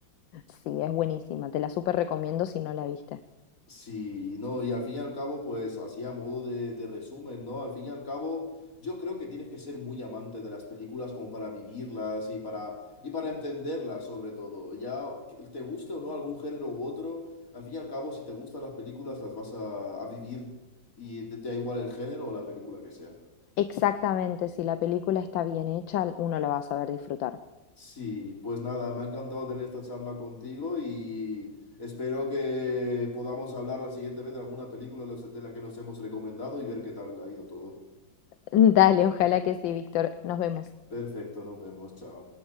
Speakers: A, on the left; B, on the left.
A: Sí, es buenísima. Te la súper recomiendo si no la viste.
B: Sí, no, y al fin y al cabo, pues así a modo de, de resumen, ¿no? Al fin y al cabo, yo creo que tienes que ser muy amante de las películas como para vivirlas y para, y para entenderlas sobre todo. Ya que te guste o no algún género u otro, al fin y al cabo, si te gustan las películas, las vas a, a vivir y da igual el género o la película que sea.
A: Exactamente, si la película está bien hecha, uno la va a saber disfrutar.
B: Sí, pues nada, me ha encantado tener esta charla contigo y espero que podamos hablar la siguiente vez de alguna película de los- de la que nos hemos recomendado y ver qué tal ha ido todo.
A: <laughs> Dale, ojalá que sí, Víctor. Nos vemos.
B: Perfecto, nos vemos, chao.